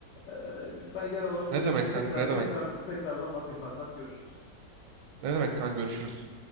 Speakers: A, on the left; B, on the right.
A: Ee, ben genel olarak şöyle
B: Ne demek kanka
A: tekrar
B: ne demek?
A: tekrar tekrardan bakayım kankam. Görüşürüz.
B: Ne demek kanka görüşürüz.